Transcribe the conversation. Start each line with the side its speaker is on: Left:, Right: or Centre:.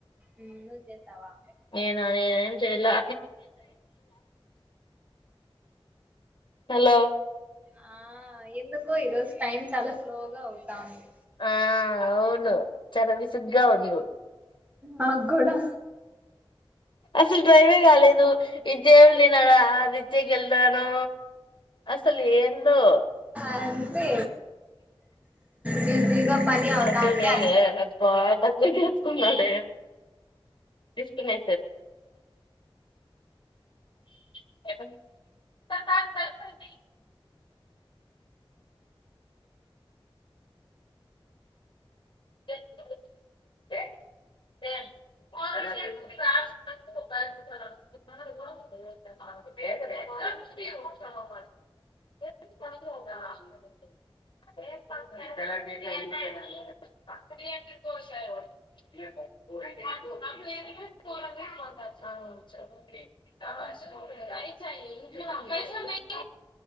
Right: ఉమ్ నువ్వు చేసావా
Left: నేనా నేనేం చేయలా హలో
Right: ఆ ఎందుకో ఈ రోజు టైమ్ చాలా స్లో గా అవుతా ఉంది
Left: ఆ అవును చన విసుగ్గా ఉంది
Right: నాకు కూడా
Left: అసలు భయమే కాలేదు ఇచ్చే నేనుడా అది ఇచ్చేకి వెళ్తాను అసలు ఏందో
Right: అంతే బిజీగా పని అవుతా
Left: పస్సు <unintelligible>
Right: ఉంటే అట్లే
Left: అ తీసుకున్నాడే తీసుకునే <unintelligible> సే <unintelligible> అ <unintelligible> గు <unintelligible> <unintelligible> <inaudible> పైస <unintelligible>